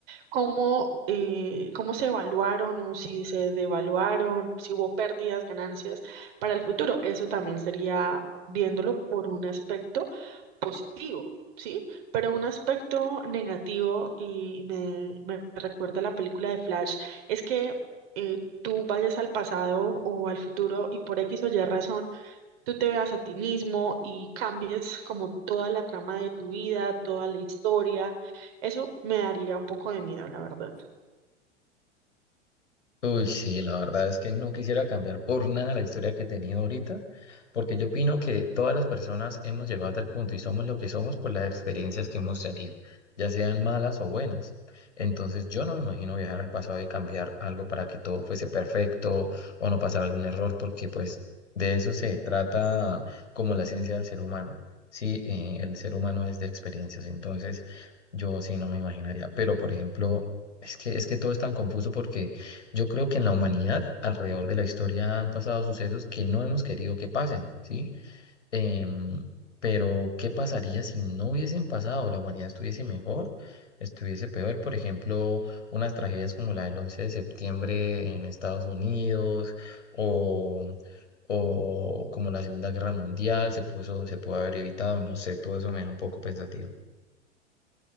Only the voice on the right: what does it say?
cómo, eh, cómo se evaluaron o si se devaluaron, si hubo pérdidas, ganancias para el futuro. Eso también sería viéndolo por un aspecto positivo, ¿sí? Pero un aspecto negativo, y me, me recuerda la película de Flash, es que eh, tú vayas al pasado o al futuro y por X o Y razón, tú te veas a ti mismo y cambies como toda la trama de tu vida, toda la historia. Eso me daría un poco de miedo, la verdad.